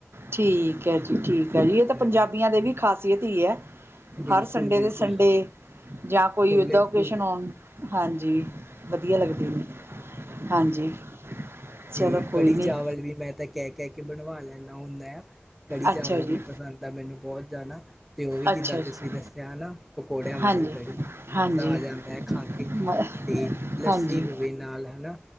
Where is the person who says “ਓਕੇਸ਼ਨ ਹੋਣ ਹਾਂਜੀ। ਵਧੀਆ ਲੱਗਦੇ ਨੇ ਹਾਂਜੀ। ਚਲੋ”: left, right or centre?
Right